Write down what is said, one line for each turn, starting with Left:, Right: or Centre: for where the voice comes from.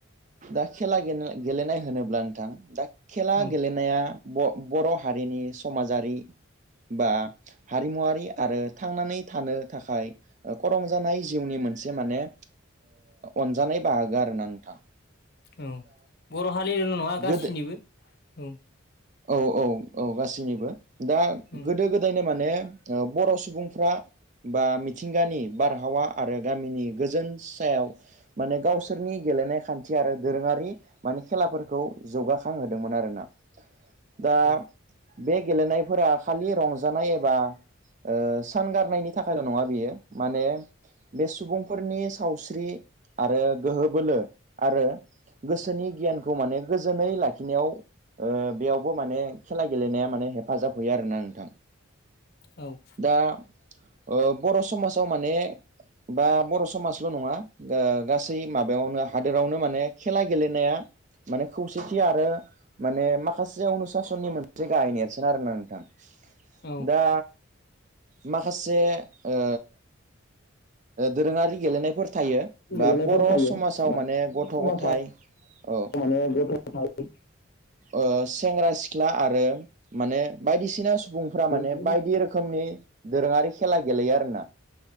Right: दा खेला गेलेनाय होनोब्ला नोंथां दा, खेला
Left: औ
Right: गेलेनाया ब बर' हारिनि समाजारि बा, हारिमुवारि आरो थांनानै थानो थाखाय खरं जानाय जिउनि मोनसे माने अनजानाय बाहागो आरो ना नोंथा
Left: औ बर' हारिल' नङा गासिनिबो
Right: गोदो
Left: औ
Right: औ औ औ गासैनिबो दा गोदो
Left: औ
Right: गोदो गोदायनो माने ओ बर' सुबुंफ्रा बा मिथिंगानि बारहावा आरो गामिनि गोजोन सायाव माने गावसोरनि गेलेनाय खान्थि आरो दोरोङारि। माने खेलाफोरखौ जौगाखांहोदोंमोन आरोना? दा
Left: औ
Right: बे गेलेनायफोरा खालि रंजानाय एबा, ओ सान गारनायनि थाखायल' नङा बियो माने, बे सुबुंफोरनि सावस्रि आरो गोहो बोलो आरो गोसोनि गियानखौ माने गोजोनै लाखिनायाव ओ बेयाव, बो माने खेला गेलेनाया माने हेफाजाब होयो आरोना नोंथां।
Left: औ
Right: दा ओ बर' समाजाव माने बा बर' समाजल' नङा। ओ गासै माबायावनो हादोरावनो माने खेला गेलेनाया, माने खौसेथि आरो माने माखास सियावनो सासेननि मोनसे गाहाय नेरसोन आरो ना नोंथां
Left: औ
Right: दा, माखासे ओ दोरोङारि गेलेनायफोर थायो
Left: गेलेनायफोर
Right: बा बर'
Left: थायो
Right: समाजाव
Left: बा
Right: माने गथ'
Left: समाजाव
Right: गथाय, औ
Left: माने ग'थ गथाय।
Right: ओ सेंग्रा सिख्ला आरो माने बायदिसिना सुबुंफोरा माने
Left: बायदिसिना
Right: बायदि रोखोमनि दोरोङारि खेला गेलेयो आरोना?